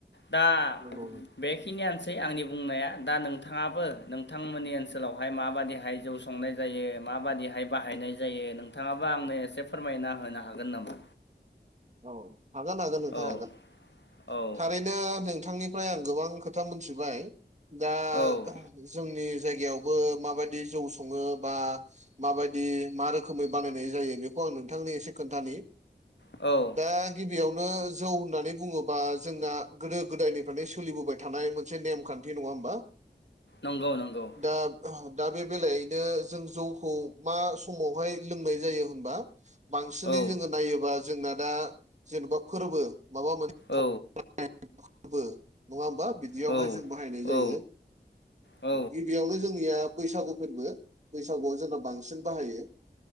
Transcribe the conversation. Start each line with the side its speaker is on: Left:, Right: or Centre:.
Left: दा
Right: नंगौ
Left: बे
Right: नंगौ
Left: बेखिनियानोसै आंनि बुंनाया दा नोंथाङाबो नोंथांमोननि ओनसोलावहाय माबादिहाय जौ संनाय जायो माबादिहाय बाहायनाय जायो नोंथाङाबा आंनो एसे फोरमायना होनो हागोन नामा
Right: औ हागोन हागोन नोंथां
Left: औ
Right: हागोन
Left: औ
Right: थारैनो बेनो नोंथांनिफ्राय आं गोबां खोथा मोनथिबाय दा
Left: औ
Right: जोंनि जायगायावबो माबायदि जौ सङो बा माबायदि मा रोखोमै बानायनाय जायो बेखौ आं नोंथांनो एसे खोन्थानि
Left: औ
Right: दा गिबियावनो जौ होननानै बुङोबा जोंना गोदो गोदायनिफ्रायनो सोलिबोबाय थानाय मोनसे नेम खान न्थि नङा होमबा
Left: नंगौ नंगौ
Right: दा दा बे बेलायैनो जों जौखौ मा समावहाय लोंनाय जायो होनबा बांसिनै
Left: औ
Right: जोङो नायोबा जोंना दा जेन'बा फोरबो माबा मोन
Left: औ
Right: <unintelligible> नङा होमबा बिदि बिदियावहाय
Left: औ
Right: जों बाहायनाय
Left: औ
Right: जायो
Left: औ
Right: गिबियावनो जोंनिया बैसागु फोरबो बैसागुआव जोंना बांसिन बाहायो